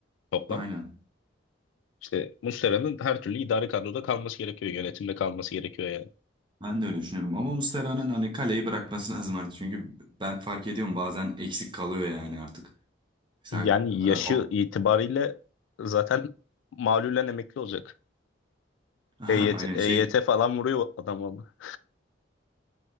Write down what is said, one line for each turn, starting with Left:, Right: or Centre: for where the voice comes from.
Left: toplam.
Right: Aynen.
Left: İşte Muslera'nın her türlü idari kadroda kalması gerekiyor. Yönetimde kalması gerekiyor yani.
Right: Ben de öyle düşünüyorum. Ama Muslera'nın hani kaleyi bırakması lazım artık. Çünkü ben fark ediyorum bazen eksik kalıyor yani artık. Mesela
Left: Yani
Right: e,
Left: yaşı
Right: Av-
Left: itibariyle zaten malulen emekli olacak.
Right: <laughs>
Left: EYT,
Right: aynen
Left: EYT
Right: şey
Left: falan vuruyor adam ama.